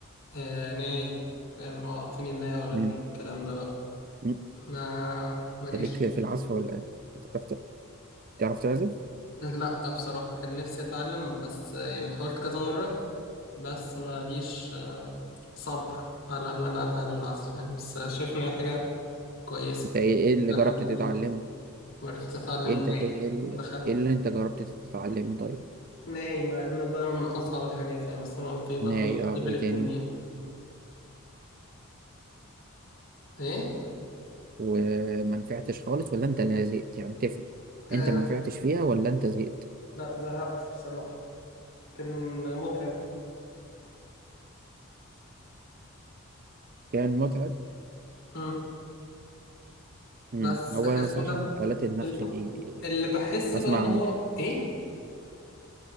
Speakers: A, on the left; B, on the right.
A: آه ناي فاهم اعطيني الناي واغني
B: مم.
A: الكلام ده بقى
B: مم.
A: ما ماليش
B: انت ليك في العزف ولا ايه انت بتعرف ت- تعرف تعزف
A: لا بصراحة كان نفسي اتعلم بس آه، يعني حاولت كذا مرة بس ما ليش آه، صبر على ان انا اتعلم العزف يعني بس آه، شايف ان هي حاجة كويسة
B: انت ايه إيه اللي
A: حاجة
B: جربت
A: جميلة
B: تتعلمه طيب
A: عرفت اتعلم
B: إيه انت
A: ناي
B: ايه اللي,
A: دخلت
B: إيه اللي انت جربت تتعلمه طيب
A: ناي مع ان ده من اصعب الحاجات يعني بس انا قلت ايه بقى
B: ناي
A: اخش على
B: اه
A: ليفل
B: وايه
A: التنين
B: تاني
A: ايه
B: وما نفعتش خالص ولا انت اللي زهقت يعني تفرق
A: آه
B: انت ما نفعتش فيها ولا انت زهقت
A: لا زهقت بصراحة كان متعب
B: كان متعب
A: مم.
B: مم.
A: بس
B: هو
A: اسمه
B: انا صراحة
A: ده
B: آلات النفخ
A: ال-
B: دي
A: اللي بحس
B: اسمع
A: بقى ان هو
B: عن
A: ايه